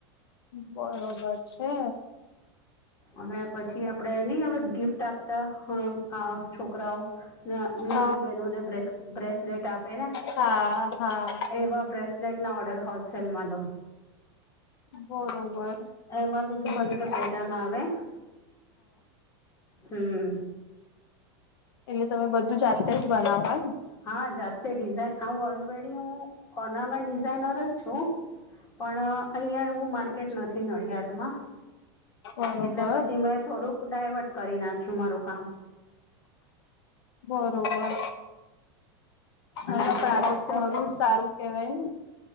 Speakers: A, on the left (about 70°); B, on the left (about 20°).
A: બરોબર છે.
B: અને પછી આપડે નહી હ ગિફ્ટ આપતા છો. છોકરાઓ નાની
A: હ
B: બહેનોને બ્રેસલેટ આપે ને.
A: હા હા.
B: એવા બ્રેસલેટના ઓર્ડર હોલસેલમાં લઉં.
A: બરોબર.
B: એમાં બી જુદી
A: હ
B: જુદા પેટર્ન આવે હમ.
A: એટલે તમે બધું જાતે જ બનાવવાને.
B: હા જાતે ડિઝઇન હું ઓલવેડી હું ઓર્નામેન્ટ ડિઝાઇનર જ છું. પણ અહિયાં એવું
A: એમ
B: માર્કેટ નથી નડિયાદ માં.
A: બરોબર
B: એટલે પછી મેં થોડુંક ડાયવર્ટ કરી નાખ્યું મારું કામ.
A: બરોબર. ના
B: અને
A: ના
B: પછી
A: પણ આ તો
B: ઓફ
A: ખોરું
B: ધ
A: સારું કેવાય ને